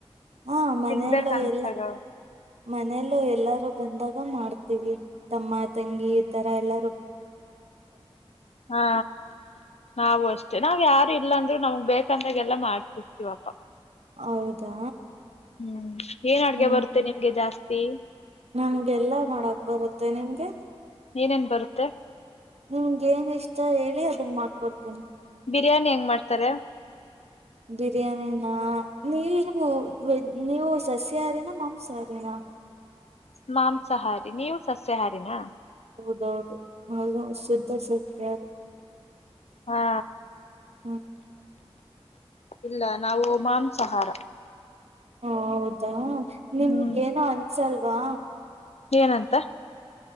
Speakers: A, on the right; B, on the left.
A: ಹಾ ಮನೆಯಲ್ಲೂ
B: ತಿನ್ಬೇಕ ಅನ್ಸ್ದಾಗ
A: ಎಲ್ಲ ಮನೆಯಲ್ಲೂ ಎಲ್ಲಾರೂ ಬಂದಾಗ ನಾವ್ ಮಾಡ್ತೀವಿ ತಮ್ಮ ತಂಗಿ ತರ ಎಲ್ಲಾ.
B: ಹಾ ನಾವು ಅಷ್ಟೆ ನಾವ್ ಯಾರು ಇಲ್ಲಂತ್. ಅಂದ್ರೆ ನಮ್ಗ್ ಬೇಕಂದಾಗೆಲ್ಲಾ ಮಾಡ್ತಿರ್ತಿವಪಾ.
A: ಹೌದಾ.
B: ಹ್ಮ್ ಏನ್ ಅಡ್ಗೆ
A: ಹ್ಮ್
B: ಬರುತ್ತೆ ನಿಮ್ಗೆ ಜಾಸ್ ತಿ.
A: ನಮ್ಗೆಲ್ಲಾ ಮಾಡಕ್ ಬರುತ್ತೆ ನಿಮ್ಗೆ.
B: ಏನೇನ್ ಬರುತ್ತೆ
A: ನಿಮ್ಗೇನ್ ಇಷ್ಟ ಹೇಳಿ ಅದನ್ ಮಾಡ್ಕೊಡ್ತಿನಿ.
B: ಬಿರ್ಯಾನಿ ಹೆಂಗ್ ಮಾಡ್ತಾರೆ.
A: ಬಿರ್ಯಾನಿನ ನೀವು ವೆ ನೀವು ಸಸ್ಯಾಹಾರಿನ ಮಾಂಸಹಾರಿನ.
B: ಮಾಂಸಾಹಾರಿ ನೀವ್ ಸಸ್ಯಹಾರಿನ.
A: ಹೌದೌದು. ಹೌದು ಶುದ್ಧ ಸಸ್ಯಾಹಾರಿ
B: ಹಾ
A: ಹ್ಮ್.
B: ಇಲ್ಲ ನಾವು ಮಾಂಸಾಹಾರ.
A: ಹಾ ಹೌದಾ. ನಿಮ್ಗ
B: ಹ್ಮ್
A: ಏನು ಅನ್ಸಲ್ ವಾ
B: ಏನಂತ.